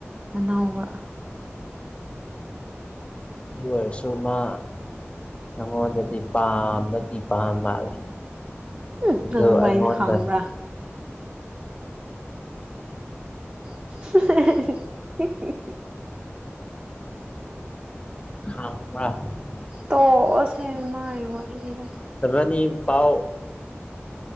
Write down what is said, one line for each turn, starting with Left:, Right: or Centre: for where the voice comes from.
Right: ꯑꯅꯥꯎꯕ
Left: ꯑꯗꯨ ꯑꯣꯏꯔꯁꯨ ꯃꯥ ꯅꯉꯣꯟꯗꯗꯤ ꯄꯥꯝꯕꯥꯗꯤ ꯄꯥꯝ ꯃꯥꯜꯂꯦ
Right: ꯎꯝ
Left: ꯑꯗꯣ
Right: ꯅꯪ ꯃꯥꯏꯅ
Left: ꯑꯩꯉꯣꯟꯗ
Right: ꯈꯪꯕ꯭ꯔꯥ <inaudible>
Left: ꯍ <unintelligible>
Right: ꯇꯣꯁꯦ ꯃꯥ ꯋꯥꯕꯤꯗ
Left: ꯁꯕꯥꯅꯤ ꯄꯥꯎ